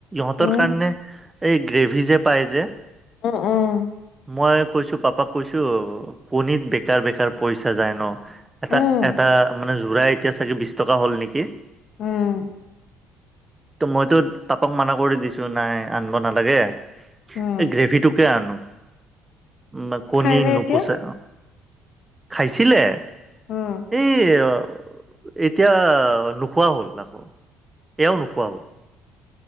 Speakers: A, on the right (about 20°); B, on the left (about 60°).
A: অহঁতৰ
B: উম
A: কাৰণে এই গ্ৰেভি যে পায় যে
B: উম উম
A: মই কৈছো পাপাক কৈছো কণীত বেকাৰ -বেকাৰ পইচা যায় ন? এটা
B: উম,
A: -এটা মানে যোৰাই এতিয়া চাগে বিছ টকা হ'ল নেকি।
B: উম,
A: ত, মইতো তাপক মানা কৰি দিছো নাই আনব নালাগে
B: উম,
A: এই গ্ৰেভিটোকে আনো বা কণী
B: খাইনে
A: নুপুচা
B: এতিয়া?
A: খাইছিলে?
B: অহ',
A: এই ইয়াএতিয়া নোখোৱা হল ব্যৱহাৰৱা নোখোৱা হ'ল নোহোৱা